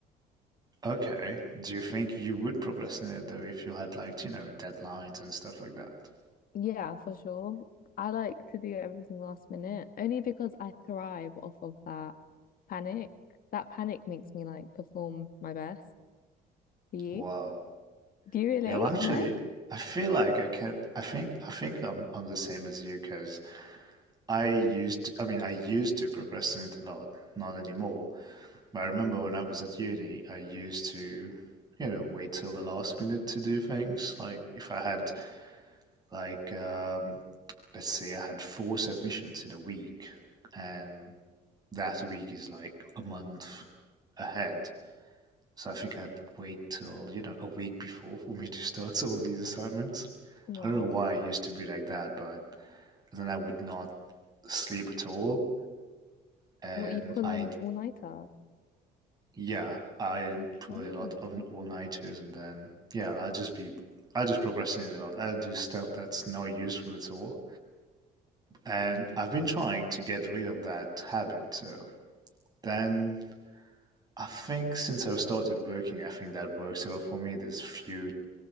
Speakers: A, on the right; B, on the left.
A: Okay. Do you think you would procrastinate though if you had like, you know, deadlines and stuff like that?
B: Yeah, for sure. I like to do everything last minute only because I thrive off of that panic. That panic makes me like perform my best. Do you?
A: Wow.
B: Do you relate?
A: Yeah, well, actually,
B: No?
A: I feel like I can I think I think I'm I'm the same as you because I used to, I mean, I used to procrastinate a lot, not anymore. But I remember when I was at uni, I used to, you know, wait till the last minute to do things. Like if I had Like, um, let's say I had four submissions in a week, and that week is like a month ahead. So I think I'd wait till, you know, a week before for me to start all these assignments.
B: Wow.
A: I don't know why it used to be like that, but then I would not sleep at all. And
B: What you'd pull
A: I,
B: an all-nighter.
A: yeah, I
B: Okay,
A: play a lot of
B: okay.
A: all-nighters and then, yeah, I'll just be, I'll just procrastinate a lot. I'll do stuff that's not useful at all. And I've been trying to get rid of that habit. So then I think since I started working, I think that works a lot for me. There's few